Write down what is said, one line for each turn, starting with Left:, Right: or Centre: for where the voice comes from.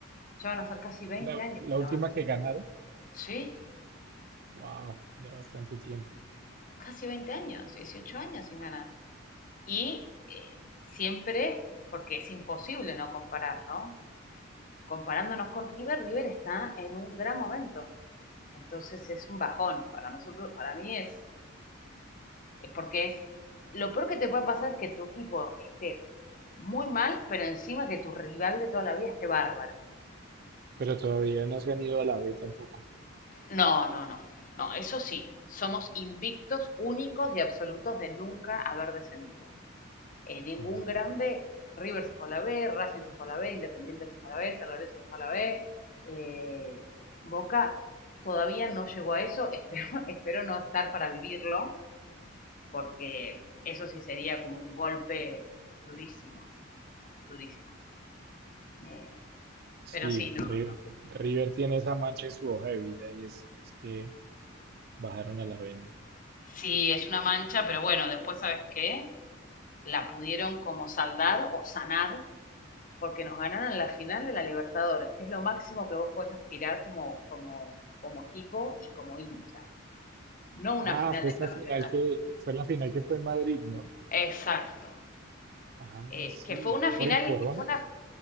Left: Ya van a ser casi 20
Right: La,
Left: años,
Right: la
Left: pero
Right: última que ganaron,
Left: sí,
Right: wow, ya bastante tiempo.
Left: casi 20 años, 18 años sin ganar. Y eh, siempre, porque es imposible no comparar, ¿no? Comparándonos con River, River está en un gran momento. Entonces es un bajón para nosotros, para mí es, es porque es, lo peor que te puede pasar es que tu equipo esté muy mal, pero encima que tu rival de toda la vida esté bárbaro.
Right: Pero todavía no se han ido a la B tampoco.
Left: No, no, no, no, eso sí, somos invictos, únicos y absolutos de nunca haber descendido. eh, ningún
Right: Mm,
Left: grande, River se fue a la B, Racing se fue a la B, Independiente se fue a la B, San Lorenzo se fue a la B, eh, Boca todavía no llegó a eso, <laughs> espero, espero no estar para vivirlo, porque eso sí sería como un golpe durísimo, durísimo. Eh,
Right: Sí,
Left: pero sí, no,
Right: River,
Left: no.
Right: River tiene esa mancha en su hoja de vida y es, es que bajaron a la B, ¿no?
Left: Sí, es una mancha, pero bueno, después, ¿sabes qué? La pudieron como saldar o sanar porque nos ganaron en la final de la Libertadores, que es lo máximo que vos puedes aspirar como, como, como equipo y como hincha, no una
Right: Ah,
Left: final
Right: fue
Left: de
Right: esta
Left: campeonato.
Right: final que fue la final que fue en Madrid, ¿no?
Left: Exacto.
Right: Ah,
Left: Eh,
Right: sí,
Left: que fue una
Right: fue
Left: final,
Right: por el Corona.
Left: fue una,